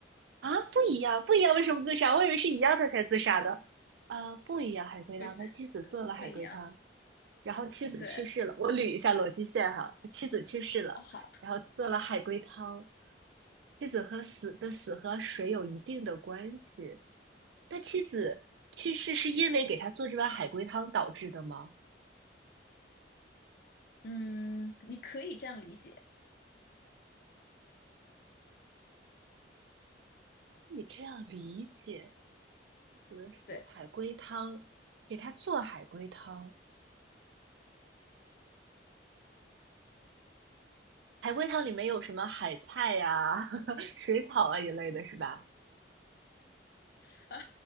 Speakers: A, on the right (about 70°); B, on the left (about 60°).
A: 啊，不一样，不一样，为什么自杀？我以为是一样他才自杀的。啊，不一样，海龟汤，
B: 不是，
A: 他妻子做了海龟汤，
B: 就是不一样，
A: 然后妻子去世了，
B: 对，
A: 我捋一下逻辑线哈，妻子去世了，
B: 哦好，
A: 然后做了海龟汤，妻子和死的死和水有一定的关系，那妻子去世是因为给他做这碗海龟汤导致的吗？
B: 嗯，你可以这样理解，
A: 你这样理解，死的死海龟汤，
B: 对，
A: 给他做海龟汤，海龟汤里面有什么海菜呀、<laughs> 水草啊一类的，是吧？
B: <laughs> 啊，